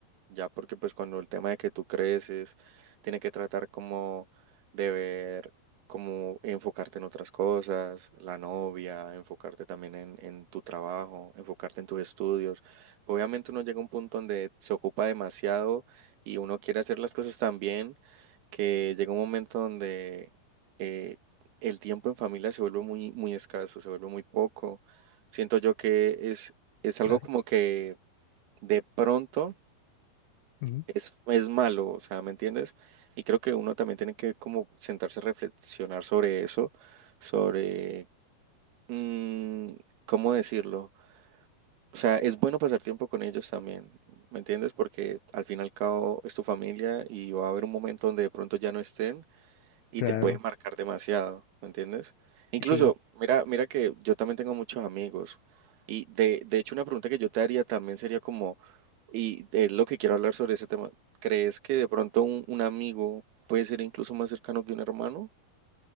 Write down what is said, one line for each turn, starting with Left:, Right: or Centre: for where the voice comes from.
Right: ya porque pues cuando el tema de que tú creces, tiene que tratar como de ver, como enfocarte en otras cosas, la novia, enfocarte también en, en tu trabajo, enfocarte en tus estudios. Obviamente uno llega a un punto donde se ocupa demasiado y uno quiere hacer las cosas también que llega un momento donde eh, el tiempo en familia se vuelve muy, muy escaso, se vuelve muy poco. Siento yo que es, es algo
Left: Claro.
Right: como que de pronto
Left: Ujú.
Right: es, es malo, o sea, ¿me entiendes? Y creo que uno también tiene que como sentarse a reflexionar sobre eso, sobre, mm, ¿cómo decirlo? O sea, es bueno pasar tiempo con ellos también, ¿me entiendes? Porque al fin y al cabo es tu familia y va a haber un momento donde de pronto ya no estén y
Left: Claro,
Right: te puedes marcar demasiado, ¿me entiendes? Incluso,
Left: sí.
Right: mira, mira que yo también tengo muchos amigos y de, de hecho una pregunta que yo te haría también sería como, y es lo que quiero hablar sobre ese tema, ¿crees que de pronto un, un amigo puede ser incluso más cercano que un hermano?